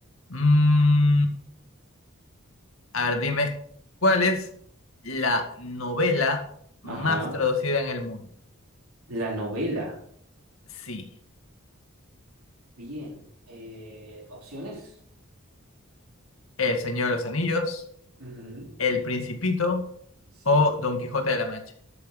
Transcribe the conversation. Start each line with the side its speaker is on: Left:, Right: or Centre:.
Left: Mm, A ver, dime, ¿cuál es la novela más
Right: ajá.
Left: traducida en el mundo?
Right: La novela,
Left: Sí,
Right: bien. Eh, opciones.
Left: El Señor de los Anillos,
Right: Ujú,
Left: El Principito
Right: Sí.
Left: o Don Quijote de la Mancha.